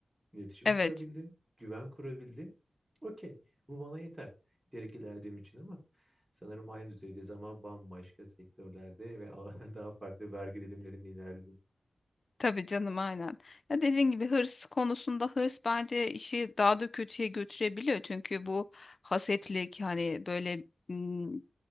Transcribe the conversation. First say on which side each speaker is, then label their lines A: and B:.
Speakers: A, on the right (about 15°); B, on the left (about 55°).
A: İletişim
B: Evet.
A: kurabildim, güven kurabildim. Okey, bu bana yeter diyerek ilerlediğim için ama sanırım aynı düzeydeyiz ama bambaşka sektörlerde ve <laughs> daha farklı vergi dilimlerinde ilerledim.
B: Tabii canım aynen. Ya dediğin gibi hırs konusunda hırs bence işi daha da kötüye götürebiliyor. Çünkü bu hasetlik hani böyle ım,